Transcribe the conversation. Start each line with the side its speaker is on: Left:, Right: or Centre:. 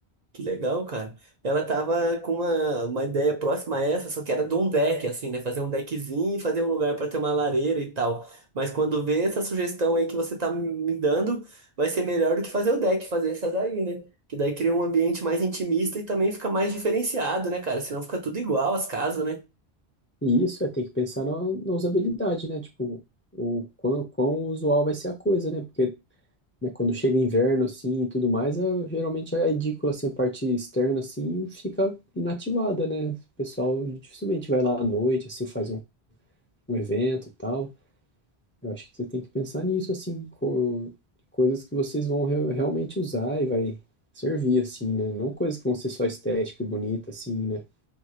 Right: Que legal, cara. Ela tava com uma, uma ideia próxima a essa, só que era de um deck, assim, né? Fazer um deckzinho e fazer um lugar pra ter uma lareira e tal. Mas quando vê essa sugestão aí que você tá me dando, vai ser melhor do que fazer o deck, fazer essa daí, né? Que daí cria um ambiente mais intimista e também fica mais diferenciado, né, cara? Senão fica tudo igual as casas, né?
Left: E isso é ter que pensar na, na usabilidade, né? Tipo, o quão, quão usual vai ser a coisa, né? Porque né, quando chega inverno, assim, e tudo mais, a- geralmente é a edícula, assim, a parte externa, assim, fica inativada, né? O pessoal dificilmente vai lá à noite, assim, faz um, um evento e tal. Eu acho que você tem que pensar nisso, assim, co coisas que vocês vão re- realmente usar e vai servir, assim, né? Não coisas que vão ser só estética e bonita, assim, né?